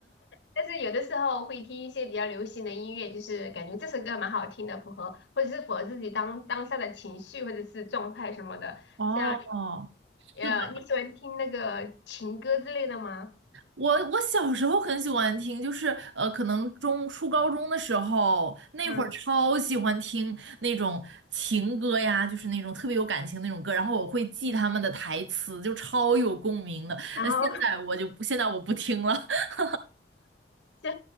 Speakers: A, on the left (about 75°); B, on the right (about 85°).
A: 但是有的时候会听一些比较流行的音乐，就是感觉这首歌蛮好听的，符合或者是符合自己当当下的情绪或者是状态什么的。
B: 哦，
A: 像呃，
B: 是的。
A: 你喜欢听那个情歌之类的吗？
B: 我我小时候很喜欢听，就是呃，可能中初高中的时候，那会儿超喜欢听那种情歌呀，
A: 嗯，
B: 就是那种特别有感情那种歌，然后我会记他们的台词，就超有共鸣的。那现在我就不，
A: 然后 <laughs>
B: 现在我不听了。<laughs>
A: 就